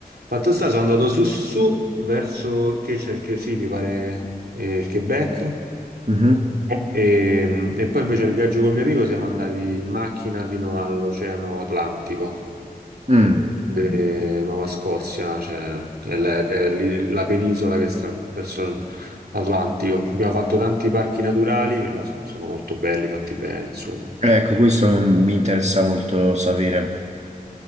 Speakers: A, on the right; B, on the right.
A: Fatto sta, sono andato su su, su, verso che c'è il che sì, mi pare eh, il Quebec
B: Mhm.
A: E, e poi invece il viaggio col mio amico siamo andati in macchina fino all'Oceano Atlantico,
B: Mm.
A: eh, Nuova Scozia, cioè è la, è lì la penisola che sta verso l'Atlantico. Abbiamo fatto tanti parchi naturali che là so- sono molto belli, fatti bene, insomma.
B: Ecco, questo mi interessa molto sapere.